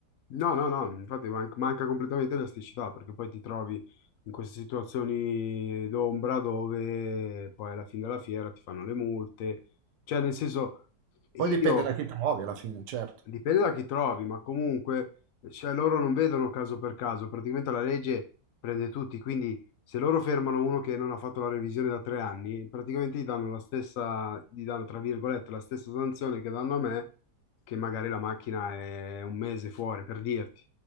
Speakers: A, on the left (about 65°); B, on the right (about 80°).
A: No, no, no, infatti man- manca completamente elasticità, perché poi ti trovi in queste situazioni d'ombra dove poi alla fine della fiera ti fanno le multe. Cioè, nel senso, Sì.
B: Poi dipende
A: io
B: da chi trovi alla fine, certo.
A: Dipende da chi trovi, ma comunque, cioè, loro non vedono caso per caso, praticamente la legge prende tutti, quindi se loro fermano uno che non ha fatto la revisione da tre anni, praticamente gli danno la stessa, gli danno, tra virgolette, la stessa sanzione che danno a me, che magari la macchina è un mese fuori, per dirti.